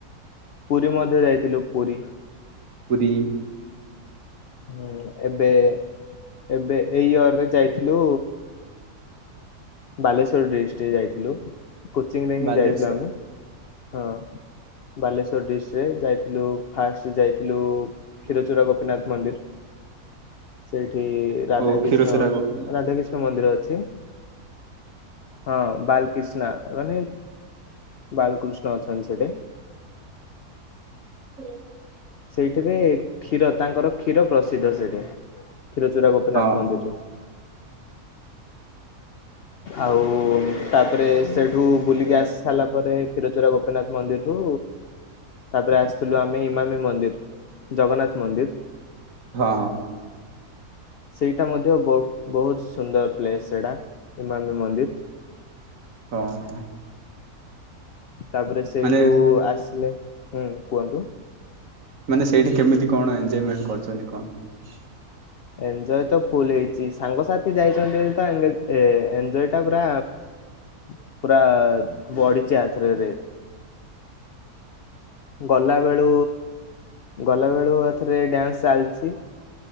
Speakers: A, on the left; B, on the right.
A: ପୁରୀ ମଧ୍ୟ ଯାଇଥିଲୁ ପୁରୀ।
B: ପୁରୀ।
A: ହୁଁ ଏବେ ଏବେ ଏଇ ୟରରେ ଯାଇଥିଲୁ ବାଲେଶ୍ଵର ଡିଷ୍ଟିକ ଯାଇଥିଲୁ। କୋଚିଂ ରେ ହିଁ
B: ବାଲେଶ୍ଵର
A: ଯାଇଥିଲୁ ଆମେ ହଁ ବାଲେଶର। ଡିସ ରେ ଯାଇଥିଲୁ ଫାଷ୍ଟ ଯାଇଥିଲୁ କ୍ଷୀରଚୁରା ଗୋପୀନାଥ ମନ୍ଦିର। ସେଇଠି ରାଧା
B: ଓ
A: କିଷ୍ଣ
B: କ୍ଷୀରଚୋରା ଗୋପୀନାଥ
A: ରାଧା କିଷ୍ଣ ମନ୍ଦିର ଅଛି। ହଁ ବାଲକୃଷ୍ଣ। ନା ମାନେ ବାଲକୃଷ୍ଣ ଅଛନ୍ତି ସେଠି।
B: ଏ
A: ସେଇଠିରେ କ୍ଷୀର ତାଙ୍କର କ୍ଷୀର ପ୍ରସିଦ୍ଧ ସେଇଠି। ଖିରଚୁରା ଗୋପିନାଥ
B: ହଁ
A: ମନ୍ଦିରରେ। ଆଉ ତାପରେ ସେଠୁ ବୁଲିକି ଆସି ସାରିଲା ପରେ କ୍ଷୀରଚୋରା ଗୋପୀନାଥ ମନ୍ଦିରରୁ ତାପରେ ଆସିଥିଲୁ ଆମେ ଇମାମି ମନ୍ଦିର ଜଗନ୍ନାଥ ମନ୍ଦିର।
B: ହଁ।
A: ସେଇଟା ମଧ୍ୟ ବହୁତ ବହୁତ ସୁନ୍ଦର ପ୍ଲେସ ସେଇଟା ଇମାମୀ ମନ୍ଦିର।
B: ହଁ।
A: ତାପରେ ସେଇଠୁ
B: ମାନେ
A: ଆସିଲେ ହୁଁ କୁହନ୍ତୁ।
B: ମାନେ ସେଇଠି କେମିତି କଣ ଏଞଜୟମେଣ୍ଟ କରିଛନ୍ତି କଣ?
A: ଏଞ୍ଜୟ ତ ଫୁଲ ହେଇଚି ସାଙ୍ଗସାଥି ଯାଇଛନ୍ତି ବୋଲି ତ ଏନଗେଜ୍ ଏ ଏଞ୍ଜୟ ଟା ପୁରା ପୁରା ବଢ଼ିଚି ୟା ଧରେ ରେଟ୍। ଗଲା ବେଳୁ ଗଲା ବେଳୁ ଏଥରେ ଡ୍ୟାନ୍ସ ଚାଲିଚି।